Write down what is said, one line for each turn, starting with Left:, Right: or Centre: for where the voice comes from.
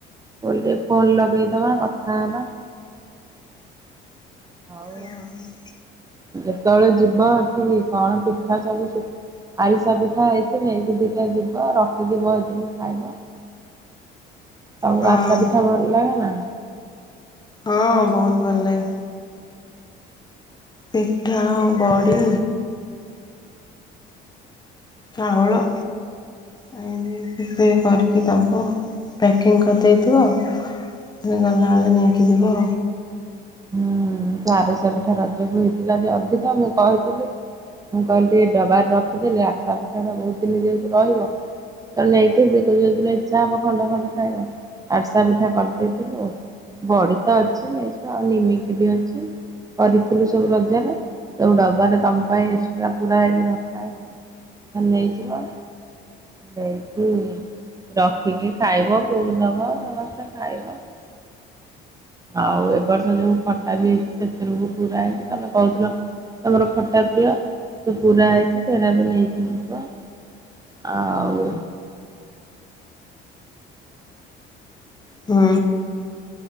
Right: କଲି ଫୋନ୍ ଲଗେଇଦବା କଥା ହବା। ହଁ।
Left: ଓ ହଁ।
Right: ଯେତେବେଳେ ଯିବ ଏଠିକି କଣ ପିଠା ସବୁ ସୁ ଆରିସା ପିଠା ହେଇଛି ନେଇକି ଦିଟା ଯିବ ରଖିକି ବହୁ ଦିନି ଖାଇବ। ତୋମକୁ
Left: ହଁ
Right: ଆରସା ପିଠା ଭଲ ଲାଗେ ନା?
Left: ହଁ ବହୁତ ଭଲ ଲାଗେ। ପିଠା ଆଉ ବଡି ଚାଉଳ ଆଇଲେ ନେଇ କରିକି ଦେବ ପ୍ୟାକିଂ କରିଦେଇଥିବ। ଗଲାବେଳେ ନେଇକି ଯିବ।
Right: ହୁଁ ଆରିସା ପିଠା ରଜକୁ ହେଇଥିଲା ଯେ ଅଧିକା ମୁଁ କହିଥିଲି। ମୁଁ କହିଲି ଡବାର ରଖିଦେଲି ଆରିସା ପିଠା ଟା ବହୁତ ଦିନ ଯେହେତୁ ରହିବ। ତ ନେଇକି ଯୋଉ ଦିନ ଇଚ୍ଛା ହବ ଖଣ୍ଡ ଖଣ୍ଡ ଖାଇବ ଆରିସା ପିଠା କରିଦେଇଥିଲୁ। ବଡି ତ ଅଛି ନେଇଯିବ ଆଉ ନିମିକି ବି ଅଛି କରିଥିଲୁ ସବୁ ରଜରେ। ସବୁ ଡବାରେ ତମ ପାଇଁ ଏକ୍ସଟ୍ରା ପୁରା ହେଇକି ରଖା ହେଇଛି ନେଇଯିବ। ନେଇକି ରଖିକି ଖାଇବ ପୁଅକୁ ଦବ ସମସ୍ତେ ଖାଇବ। ଆଉ ଏ ବର୍ଷ ଯୋଉ ଖଟା ବି ହେଇଛି ସେଥିରୁ ବି ପୁରା ହେଇଛି ତମେ କହୁଥିଲ। ତମର ଖଟା ପ୍ରିୟ ସେ ପୁରା ହେଇଛି ସେରା ବି ନେଇକି ଯିବ। ଆଉ।
Left: ହୁଁ।